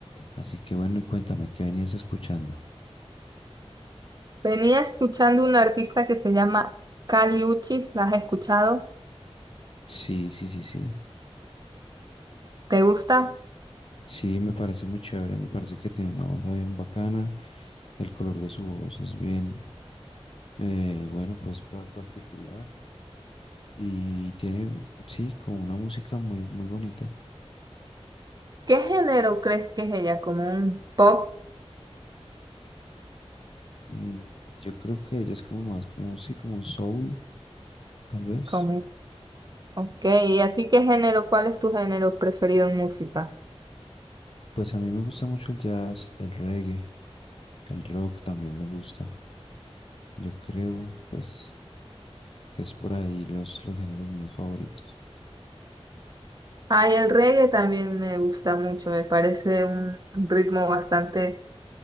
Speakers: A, on the left; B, on the right.
A: Así que bueno, y cuéntame, ¿qué venías escuchando?
B: Venía escuchando un artista que se llama Kali Uchis. ¿La has escuchado?
A: Sí, sí, sí, sí.
B: ¿Te gusta?
A: Sí, me parece muy chévere, me parece que tiene una onda bien bacana, el color de su voz es bien, eh, bueno, pues pra- particular y tiene, sí, como una música muy, muy bonita.
B: ¿Qué género crees que es ella? ¿Como un pop?
A: Mm, yo creo que ella es como más, como, sí, como un soul, tal vez.
B: ¿Como un... Ok. ¿Y a ti qué género? ¿Cuál es tu género preferido en música?
A: Pues a mí me gusta mucho el jazz, el reggae, el rock también me gusta. Yo creo, pues, que es por ahí los, los géneros míos favoritos.
B: Ay, el reggae también me gusta mucho. Me parece un ritmo bastante